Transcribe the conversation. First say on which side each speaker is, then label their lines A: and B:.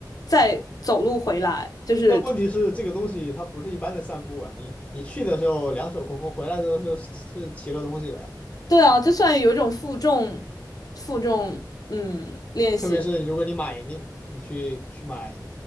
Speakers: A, on the left (about 55°); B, on the left (about 15°).
A: 再走路回来，就是，
B: 但问题是，这个东西它不是一般的散步啊！你你去的时候两手空空，回来的时候是是提了东西的呀。
A: 对啊，就算有一种负重负重嗯练习的，
B: 特别是如果你买你你去去买